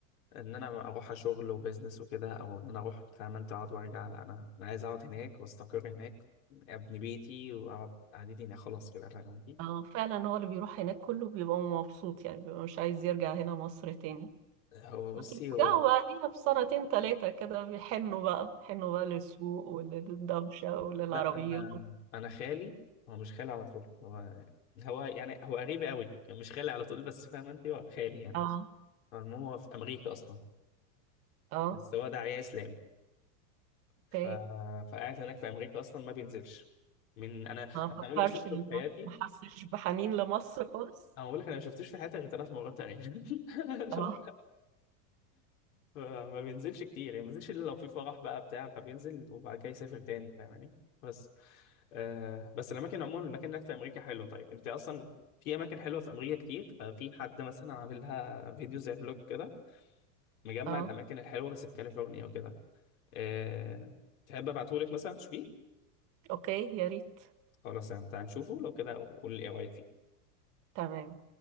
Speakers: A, on the left; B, on the right.
A: ان انا اروح شغل وبزنس وكده او ان انا اروح فاهم انت اقعد وارجع لا انا انا عايز اقعد هناك واستقر هناك ابني بيتي واقعد قعدتي هنا خلاص كده فاهم قصدي
B: اه فعلا هو اللي بيروح هناك كله بيبقى مبسوط يعني بيبقى مش عايز يرجع هنا مصر تاني
A: هو بصي
B: بس بيرجعوا
A: هو
B: بعديها بسنتين تلاتة كده بيحنوا بقى حنوا بقى للسوق وللدوشة وللعربيات
A: لا انا انا خالي هو مش خالي على طول هو هو يعني هو قريب قوي يعني مش خالي على طول بس فاهم انت هو خالي يعني
B: اه
A: المهم هو في امريكا اصلا
B: اه
A: بس هو داعية اسلامي
B: اوكي
A: ف... فقاعد هناك في امريكا اصلا ما بينزلش من انا أنا
B: ما فكرش
A: تقريبا شفته
B: ما
A: في حياتي
B: ما حسش بحنين لمصر خالص
A: انا بقول لك انا ما شفتوش في حياتي غير ثلاث مرات تقريبا <laughs>
B: اه
A: لا. فما بينزلش كتير يعني ما بينزلش الا لو في فرح بقى بتاع فبينزل وبعد كده يسافر تاني فاهماني بس آه بس الاماكن عموما الاماكن هناك في امريكا حلو طيب انت اصلا في اماكن حلوه في امريكا كتير ففي حد مثلا عامل لها فيديو زي بلوج كده مجمع
B: اه
A: الاماكن الحلوه بس في كاليفورنيا وكده آه تحب ابعتهولك مثلا تشوفيه
B: اوكي يا ريت
A: خلاص يعني تعال نشوفه لو كده قول لي ايه رايك فيه
B: تمام